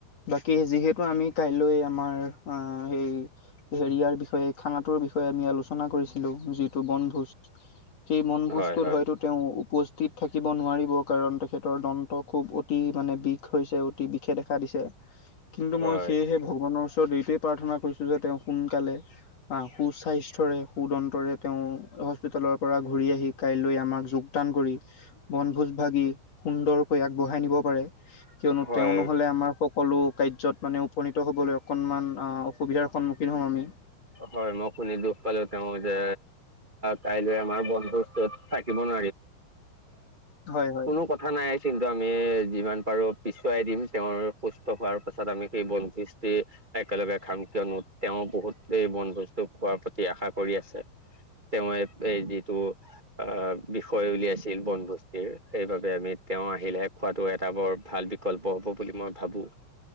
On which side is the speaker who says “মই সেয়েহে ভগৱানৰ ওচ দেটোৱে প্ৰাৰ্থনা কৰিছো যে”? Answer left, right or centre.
Left